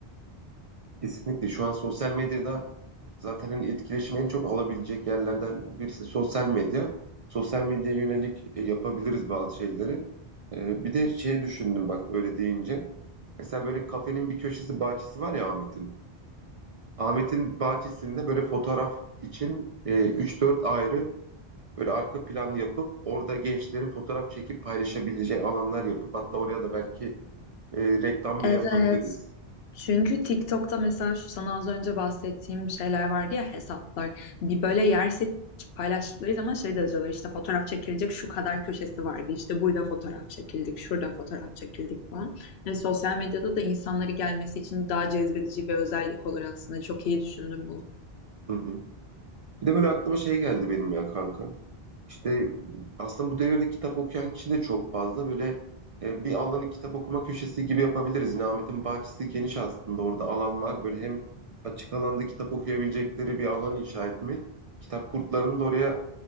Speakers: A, on the right; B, on the left.
A: Kesinlikle şu an sosyal medyada Zaten hani etkileşimi en çok alabilecek yerlerden birisi sosyal medya. Sosyal medyaya yönelik e, yapabiliriz bazı şeyleri. E, bir de şey düşündüm bak öyle deyince. Mesela böyle kafenin bir köşesi bahçesi var ya Ahmet'in. Ahmet'in bahçesinde böyle fotoğraf için e, 3-4 ayrı böyle arka plan yapıp orada gençlerin fotoğraf çekip paylaşabileceği alanlar yapıp hatta oraya da belki e, reklam
B: Evet.
A: bile yapabiliriz.
B: Çünkü TikTok'ta mesela şu sana az önce bahsettiğim şeyler vardı ya hesaplar. Bir böyle yer seçip paylaştıkları zaman şey de yazıyorlar işte fotoğraf çekilecek şu kadar köşesi vardı. İşte burada fotoğraf çekildik, şurada fotoğraf çekildik falan. Yani sosyal medyada da insanları gelmesi için daha cezbedici bir özellik olur aslında. Çok iyi düşündüm bunu.
A: Hı hı. Bir de böyle aklıma şey geldi benim ya kanka. İşte aslında bu devirde kitap okuyan kişi de çok fazla. Böyle e, bir alanı kitap okuma köşesi gibi yapabiliriz. Yine Ahmet'in bahçesi geniş aslında. Orada alan var. Böyle hem açık alanda kitap okuyabilecekleri bir alan inşa etmek. Kitap kurtlarını da oraya